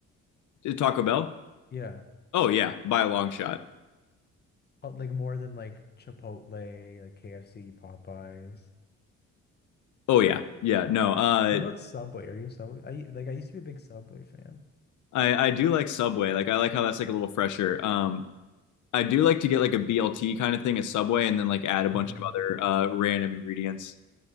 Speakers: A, on the left (about 75°); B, on the left (about 35°).
A: Taco Bell?
B: Yeah.
A: Oh yeah, by a long shot.
B: Uh, Like more than like Chipotle, like KFC, Popeyes.
A: Oh yeah, yeah. No, uh,
B: What about Subway? Are you a Subway? I like I used to be a big Subway fan.
A: I I do like Subway. Like I like how that's like a little fresher. Um, I do like to get like a BLT kind of thing at Subway, and then like add a bunch
B: Mm.
A: of other uh, random ingredients.